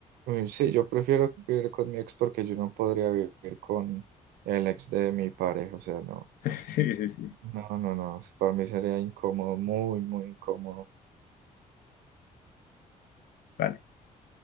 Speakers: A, on the right; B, on the left.
A: uy, sí, yo prefiero vivir con mi ex porque yo no podría vivir con el ex de mi pareja, o sea, no,
B: <laughs> Sí, sí, sí.
A: no, no, no, para mí sería incómodo, muy, muy incómodo.
B: Vale.